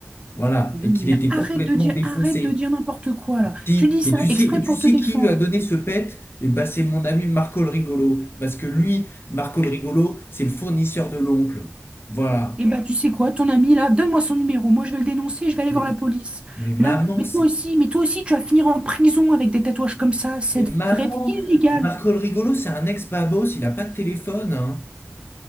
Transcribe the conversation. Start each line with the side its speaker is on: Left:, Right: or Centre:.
Left: Voilà,
Right: Non,
Left: et qu'il
Right: mais
Left: était
Right: arrête
Left: complètement
Right: de dire,
Left: défoncé.
Right: arrête de dire n'importe quoi là.
Left: Si-
Right: Tu dis
Left: et
Right: ça
Left: tu sais,
Right: exprès
Left: et tu
Right: pour
Left: sais
Right: te défendre.
Left: qui lui a donné ce pet? Eh ben, c'est mon ami Marco le Rigolo, parce que lui, Marco le Rigolo, c'est le fournisseur de l'oncle. Voilà.
Right: Et bah tu sais quoi, ton ami là, donne-moi son numéro. Moi, je vais le dénoncer, je vais aller
Left: Mais,
Right: voir la police.
Left: mais maman,
Right: Là, mais
Left: c'est,
Right: toi aussi, mais toi aussi, tu vas finir en prison avec des tatouages comme ça. Ça
Left: mais maman,
Right: devrait être illégal.
Left: Marco le Rigolo, c'est un ex-babos, il a pas de téléphone, hein.